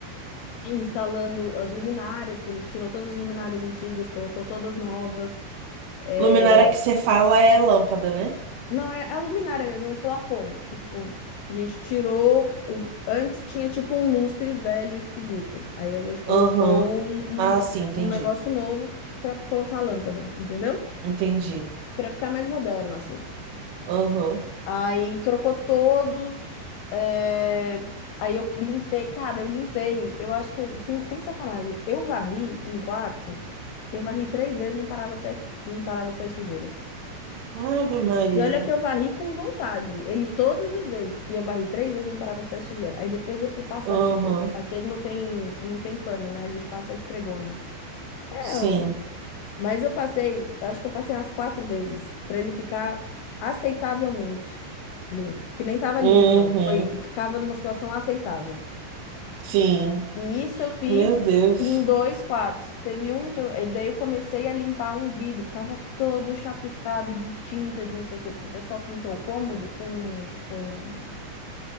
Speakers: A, on the left; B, on the right.
A: instalando as luminárias, que a gente tirou todas as luminárias antigas, colocou todas novas. É,
B: Luminária que você fala é lâmpada, né?
A: Não, é a luminária mesmo, um plafond, que, tipo, a gente tirou o... Antes tinha tipo um lustre velho esquisito. Aí a gente colocou
B: Uhum.
A: um,
B: Ah,
A: um,
B: sim, entendi.
A: um negócio novo para colocar a lâmpada, entendeu?
B: Entendi.
A: para ficar mais moderno, assim.
B: Uhum.
A: Aí trocou todos. é, Aí eu limpei, cara, eu limpei. Eu acho que, sem, sem sacanagem, eu varri um quarto, eu varri três vezes, não parava de sair, não parava de sair sujeira.
B: Ave Maria.
A: E olha que eu varri com vontade, ele todas as vezes. E eu varri três vezes, não parava de sair sujeira. Aí depois eu fui passar,
B: Uhum.
A: tipo, aquele não tem, não tem pano, né? A gente passa a esfregona. É,
B: Sim.
A: mas eu passei, acho que eu passei umas quatro vezes pra ele ficar aceitavelmente limpo, porque nem tava
B: Uhum.
A: limpo não, foi ficava numa situação aceitável.
B: Sim.
A: E isso eu fiz
B: Meu Deus.
A: em dois quartos. Teve um que eu, eh, daí eu comecei a limpar um vidro, tava todo chapiscado de tinta, de não sei o quê, porque o pessoal pintou o cômodo com com